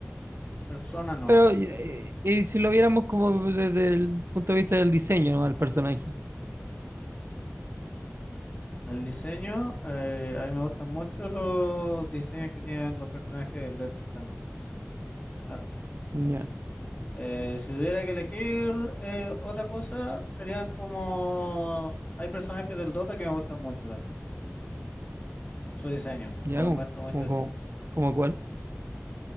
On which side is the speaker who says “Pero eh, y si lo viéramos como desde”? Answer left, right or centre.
Right